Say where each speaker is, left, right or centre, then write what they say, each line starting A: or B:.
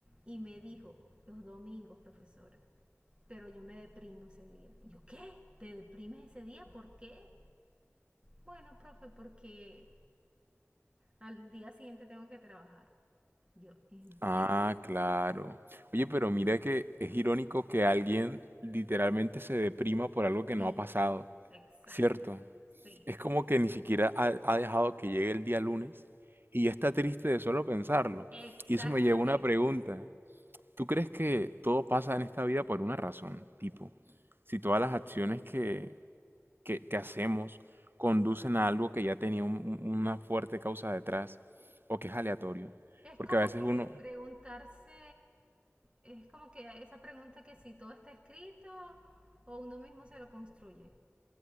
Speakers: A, on the right; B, on the right.
A: Y me dijo, los domingos, profesora. Pero yo me deprimo ese día. Y yo, ¿qué? ¿Te deprimes ese día? ¿Por qué? Bueno, profe, porque al día siguiente tengo que trabajar. Yo, ¿en serio?
B: Ah, claro. Oye, pero mira que es irónico que alguien literalmente se deprima por algo que
A: Sí,
B: no ha pasado,
A: exacto.
B: ¿cierto?
A: Sí,
B: Es como
A: exacto.
B: que ni siquiera ha, ha dejado que llegue el día lunes y ya está triste de solo pensarlo.
A: Exactamente.
B: Y eso me lleva a una pregunta. ¿Tú crees que todo pasa en esta vida por una razón? Tipo, si todas las acciones que, que, que hacemos conducen a algo que ya tenía un- un- una fuerte causa detrás o que es aleatorio.
A: Es
B: Porque
A: como
B: a veces
A: que
B: uno,
A: preguntarse, es como que esa pregunta que si todo está escrito o uno mismo se lo construye.